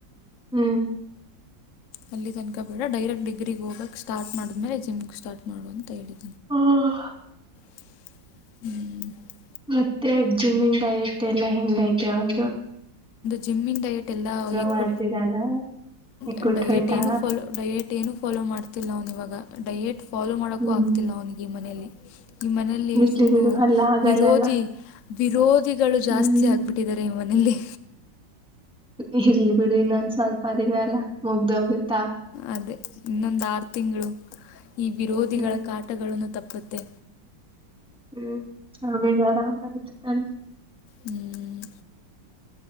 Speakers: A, in the centre; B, on the left (about 65°).
A: ಹ್ಮ್
B: ಅಲ್ಲಿ ತನಕ ಬೇಡ ಡೈರೆಕ್ಟ್ ಡಿಗ್ರಿಗ್ ಹೋಗಕ್ ಸ್ಟಾರ್ಟ ಮಾಡಿದ್ಮೇಲೆ ಜಿಮ್ಗೆ ಸ್ಟಾರ್ಟ್ ಮಾಡುವ ಅಂತ ಹೇಳಿ.
A: ಹ್ಮ
B: <inaudible>
A: ಮತ್ತೆ ಜಿಮೀನ್ ಐತೆ ಎಲ್ಲಾ ಹೆಂಗ ಐತೆ ಅವನ್ದು.
B: ಜಿಮ್ಮನ್ ಡಯೆಟ್ ಎಲ್ಲ <unintelligible>
A: ಮಾಡ್ತಿದಾನ ಎಕ್ಕುಟ್
B: ಎ ಡಯೆಟ್
A: ಹೋಯ್ತಾ
B: ಏನು ಫಾಲೋ ಡಯೆಟ್ ಏನು ಫಾಲೋ ಮಾಡ್ತಿಲ್ಲ ಅವ್ನ್ ಇವಾಗ ಡಯೇಟ್ ಫಾಲೋ ಮಾಡೋಕೂ
A: ಹ್ಮ್
B: ಆಗ್ತಿಲ್ಲ ಅವನಿಗೆ ಈ ಮನೆಯಲ್ಲಿ ಈ ಮನೆಯಲ್ಲಿ
A: ಇರ್ಲಿ
B: ಫುಲ್ಲು
A: ಬಿಡು ಅಲ್ಲ ಆಗಲ್ಲಲ್ಲ
B: ವಿರೋಧಿ ವಿರೋಧಿಗಳು ಜಾಸ್ತಿ
A: ಹ್ಮ್
B: ಆಗ್ಬಿಟ್ಟಿದ್ದಾರೆ ಈ ಮನೆಯಲ್ಲಿ.
A: ಇರಲ್ಲಿ ಬಿಡು ಇನ್ನೊಂದ್ ಸ್ವಲ್ಪ ದಿನಲ್ಲ ಮುಗ್ದ ಹೋಗುತ್ತೆ.
B: ಅದೇ ಇನ್ನೊಂದು ಆರು ತಿಂಗಳು ಈ ವಿರೋಧಿಗಳ
A: ಹ್ಮ್
B: ಕಾಟಗಳನ್ನು ತಪ್ಪ ಮತ್ತೆ
A: ಹ್ಮ್ ಆಮೇ <unintelligible> ಬರ <unintelligible> ತಾನ
B: ಹ್ಮ್